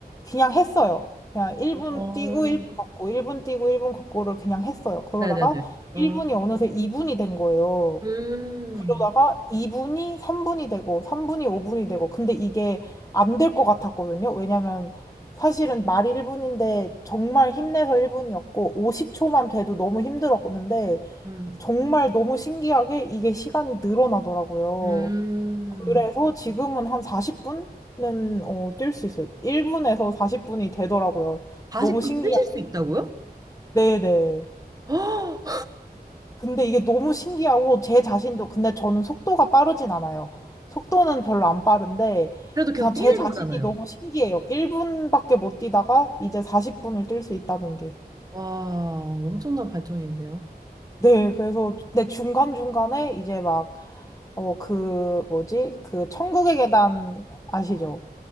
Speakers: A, on the left; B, on the right.
A: 그냥 했어요. 그냥 1분
B: 어,
A: 뛰고 1분 걷고 1분 뛰고 1분 걷고를 그냥 했어요. 그러다가
B: 네네네. 어,
A: 1분이 어느새 2분이 된 거예요.
B: 음,
A: 그러다가 2분이 3분이 되고 3분이 5분이 되고 근데 이게 안 될 것 같았거든요. 왜냐면 사실은 말이 1분인데 정말 힘내서 1분이었고 50초만 돼도 너무 힘들었는데
B: 음,
A: 정말 너무 신기하게 이게 시간이 늘어나더라고요.
B: 음.
A: 그래서 지금은 한 40분은 어, 뛸 수 있어요. 1분에서 40분이 되더라고요.
B: 40분
A: 너무 신기하
B: 뛰실 수 있다고요?
A: 네네.
B: <gasps> 헉!
A: 근데 이게 너무 신기하고 제 자신도 근데 저는 속도가 빠르진 않아요. 속도는 별로 안 빠른데
B: 그래도 계속
A: 그냥
B: 뛰는
A: 제 음. 자신이
B: 거잖아요.
A: 너무 신기해요. 1분밖에 못 뛰다가 이제 40분을 뛸 수 있다는 게.
B: 와, 엄청난 발전인데요.
A: 네, 그래서 근데 중간중간에 이제 막 어 그 뭐지? 그 천국의 계단 아시죠?